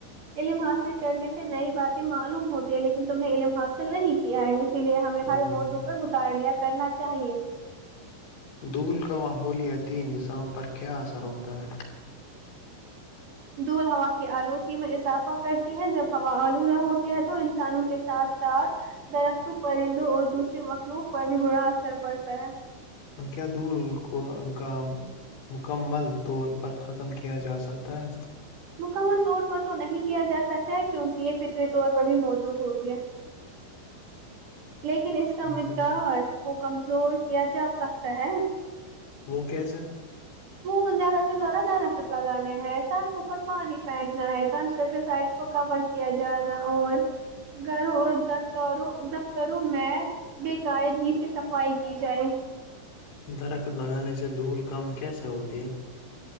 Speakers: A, on the right; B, on the left.
A: علم حاصل کرنے سے نئی باتیں معلوم ہوتی ہے لیکن تم نے علم حاصل نہیں کیا ہے اسی لیے ہمیں
B: نہیں
A: ہر موضوع
B: نہیں
A: پر مطالعہ کرنا چاہیے
B: دھول کا ماحولیاتی نظام پر کیا اثر ہوتا ہے
A: دور ہوا کی آلودگی میں اضافہ کرتی ہے جب ہوالودا ہوتی ہے تو انسانوں کے ساتھ ساتھ درختوں پرندوں اور دوسرے مخلوق پر بھی برا اثر پڑتا ہے
B: ان کیا دول کو کا مکمل طور پر ختم کیا جا سکتا ہے
A: مکمل طور پر تو نہیں کیا جا سکتا ہے کیونکہ یہ فطری طور پر بھی موجود ہوتی ہے
B: <inaudible>
A: لیکن اس
B: ہے
A: کا مقدار
B: جی
A: کو کمزور کیا جا سکتا ہے
B: وہ کیسا <unintelligible>
A: وہ زیادہ سے زیادہ درخت لگانے ہیں سڑکوں پر پانی پھینکنا ہے کنسٹرکٹ سائڈس کو کور کیا جانا اور گھروں اور دفتروں دفتروں میں بے قاعدگی سے صفائی کی جائے
B: درخت لگانے سے دھول کم کیسے ہوتی ہے